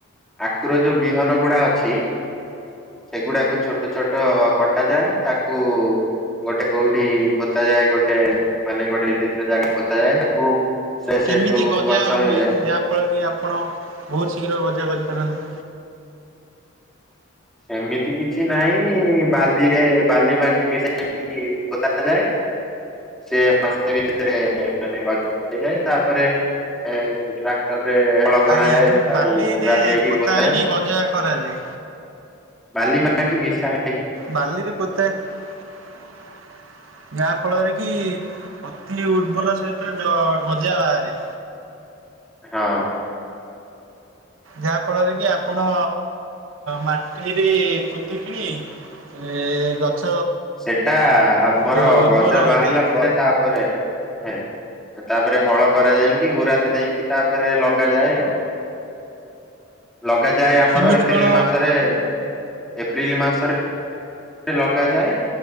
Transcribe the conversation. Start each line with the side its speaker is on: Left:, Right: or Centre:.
Centre: ଆଖୁର ଯୋଉ ବିହନ ଗୁଡ଼ା ଅ ଛି ସେଗୁଡାକୁ ଛୋଟ ଛୋ ଟ କଟା ଯାଏ ତାକୁ ଗୋଟେ କୋଉଠି ପୋତା ଯାଏ ଗୋଟେ ମାନେ ଗୋଟେ ନିର୍ଦ୍ଦିଷ୍ଟ ଜାଗାରେ ପୋତା ଯାଏ ତାକୁ ସେ ସେଠୁ
Right: କେମିତି ଗ
Centre: ଗଛ
Right: ଯା ହୁଏ
Centre: ହେଲେ
Right: ଯାହା ଫଳରେ ଆପଣ ବହୁତ ଶୀଘ୍ର ଗଜା କ ଏ ପାରନ୍ତି।
Centre: ସେମିତି କିଛି ନାହିଁ ବାଲିରେ ବାଲି ମାଟି ମିଶେଇକି ପୋତା ଯାଏ ସେ ମାସେ ଭିତରେ ମାନେ ଗଜା ହେଇଯାଏ ତାପରେ ଏ ଟ୍ରାକ୍ଟର ରେ ହଳ କରାଯାଏ
Right: ଆଜ୍ଞା ଯୋଉ
Centre: ତାକୁ
Right: ବାଲିରେ
Centre: ପୁରା ଦେଇକି
Right: ପୋତା
Centre: ପୋତାଏ।
Right: ହେଇକି ଗଜା କରାଯାଏ।
Centre: ବାଲି ମାଟି ମିଶା ହେଇ
Right: ବାଲିରେ ପୋତେ। ଯାହା ଫଳରେ କି ଅତି ଉର୍ବର ସହିତ ଜ ଗଜା ବାହାରେ।
Centre: ହଁ।
Right: ଯାହା ଫଳରେ କି ଆପଣ ମାଟିରେ ପୋତିକିଣି ଏ ଗଛ
Centre: ସେଟା ଆମର
Right: ଅ, ଉର୍ବର
Centre: ଗଜା
Right: ହୋଇଥାଏ
Centre: ବାହାରିଲା ପରେ ତାପରେ। <inaudible> ତାପରେ ହଳ କରାଯାଇଁକି ହୁରା ଦେଇକି ତାପରେ ଲଗାଯାଏ ଆଉ। ଲଗାଯାଏ ଆମର
Right: କେମିତି
Centre: ଏପ୍ରିଲ
Right: କଣ
Centre: ମାସରେ ଏପ୍ରିଲ ମାସରେ। <inaudible> ଲଗାଯାଏ